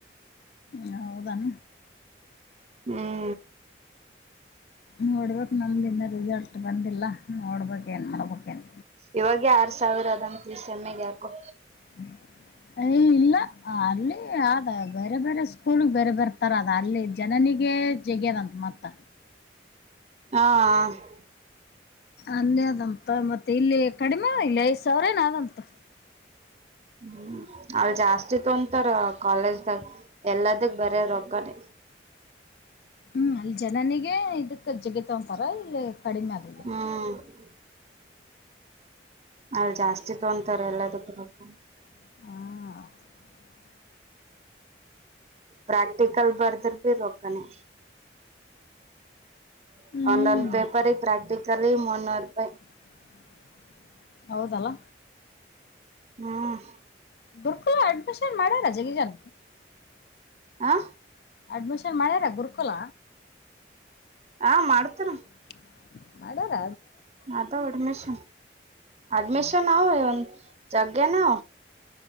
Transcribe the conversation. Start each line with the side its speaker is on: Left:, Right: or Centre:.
Left: ಹ ಹೌದಾನ
Right: ಹ್ಮ್ <inaudible>
Left: ನೋಡ್ಬೇಕು ನಮ್ದ ಇನ್ನ ರಿಸಲ್ಟ್ ಬಂದಿಲ್ಲ ನೋಡ್ಬೇಕ ಏನ್ ಮಾಡ್ಬೇಕೇನ್.
Right: ಇವಾಗೆ ಆರ್ ಸಾವಿರ ಅದಂತ ಈ ಸೇಮ್ಗ ಯಾಕೋ.
Left: <unintelligible> ಏ ಇಲ್ಲ ಅಲ್ಲಿ ಆದ ಬೇರೆ ಬೇರೆ ಸ್ಕೂಲ್ ಬೇರೆ ಬರ್ತಾರ ಅದ ಅಲ್ಲಿ ಜನನಿಗೆ ಜಗಿಯದಂತ ಮತ್ತ.
Right: ಹಾ <inaudible>
Left: ಅನ್ನೇ ಅದಂತ ಮತ್ತೆ ಇಲ್ಲಿ ಕಡಿಮೆ ಇಲ್ಲಿ ಐದ್ ಸಾವಿರ ಏನ ಅಂತ.
Right: ಹ್ಮ್ ಅಲ್ಲಿ ಜಾಸ್ತಿ ತೊಂತಾರ ಕಾಲೇಜ್ದಾಗ ಎಲ್ಲದಕ ಬರೆ ರೋಕ್ಕಾನೆ.
Left: ಹ್ಮ್ ಅಲ್ಲಿ ಜನನಿಗೆ ಇದಕ್ ಜಗಿತೊಂತಾರ ಇಲ್ಲಿ ಕಡಿಮೆ ಆದ.
Right: ಹಾ <inaudible> ಅಲ್ಲಿ ಜಾಸ್ತಿ ತೊಂತಾರ ಎಲ್ಲದಕ್ಕೂ ರೊಕ್ಕ.
Left: ಹ್ಮ <unintelligible> <inaudible>
Right: ಪ್ರಾಕ್ಟಿಕಲ್ ಬರ್ದರ್ ರೇ ರೊಕ್ಕಾನೆ. <unintelligible>
Left: ಹ್ಮ್
Right: ಒಂದ ಒಂದು ಪೇಪರ್ ಪ್ರಾಕ್ಟಿಕಲಿ ಮುನ್ನೂರು ರೂಪಾಯಿ
Left: <unintelligible> ಹೌದಲ್ಲ
Right: ಹ್ಮ್ <inaudible>
Left: ಬರ್ಕೊ ಆಡಿಮಿಷನ್ ಮಾಡರ ಜಗ್ಗಿಜನ್ನ.
Right: ಹಾ <unintelligible> <inaudible>
Left: ಅಡ್ಮಿಷನ್ ಮಾಡ್ಯಾರ ಗುರುಕುಲ.
Right: ಹಾ ಮಾಡ್ತಾನ.
Left: <unintelligible> ಮಾಡಾರ
Right: ಅಥವ ಅಡ್ಮಿಷನ್ ಅಡ್ಮಿಷನ್ ಅವ ಒಂದ್ ಜಗ್ಗೇನು.